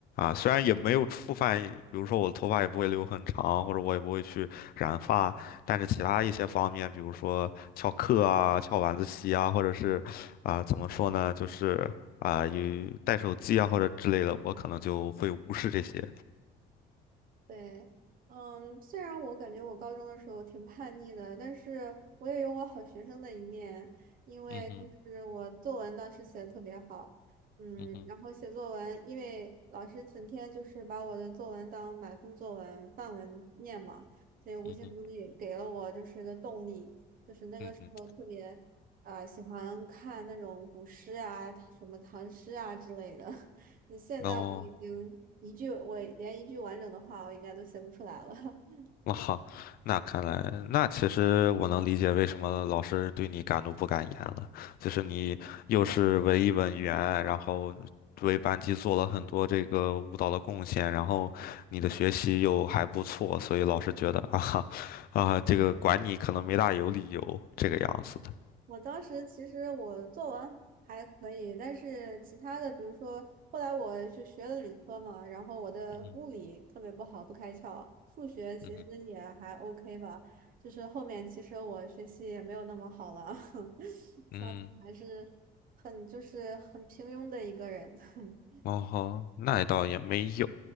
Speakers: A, on the left; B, on the right.
A: 虽然也没有触犯，比如说我的头发也不会留很长，或者我也不会去染发，但是其他一些方面，比如说翘课啊、翘晚自习啊，或者是啊、怎么说呢，就是啊、有带手机啊或者之类的，我可能就会无视这些。
B: 对，嗯，虽然我感觉我高中的时候挺叛逆的，但是我也有我好学生的一面，因为就是我作文当时写的特别好，
A: 嗯哼，
B: 嗯，
A: 嗯哼，
B: 然后写作文，因为老师整天就是把我的作文当满分作文、范文念嘛，所以无形中也给了我就是个动力，
A: 嗯哼，
B: 就是那个时候特别啊、
A: 嗯哼，
B: 喜欢看那种古诗啊、什么唐诗啊之类的。你现在我已经一句，
A: 然后。
B: 我连一句完整的话，我应该都写不出来了。<laughs>
A: 哇哈，那看来，那其实我能理解为什么老师对你敢怒不敢言了，就是你又是文艺委员，然后为班级做了很多这个舞蹈的贡献，然后你的学习又还不错，所以老师觉得啊哈，啊，这个管你可能没大有理由这个样子的。
B: 我当时其实我作文还可以，但是其他的，比如说后来我就学了理科嘛，然后我的物理特别不好，
A: 嗯
B: 不开窍，数学其实也还
A: 哼嗯哼
B: OK 吧，就是后面其实我学习也没有那么好了，<laughs> 想想还是很就是很平庸的一个人。
A: 嗯，
B: <laughs>
A: 哦吼，那倒也没有。